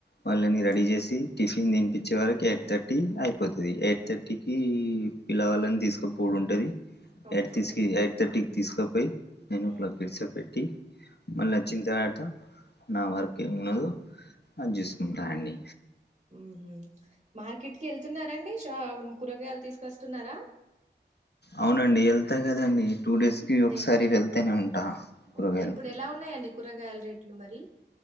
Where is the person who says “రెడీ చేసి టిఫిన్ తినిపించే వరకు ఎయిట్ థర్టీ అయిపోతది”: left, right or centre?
Left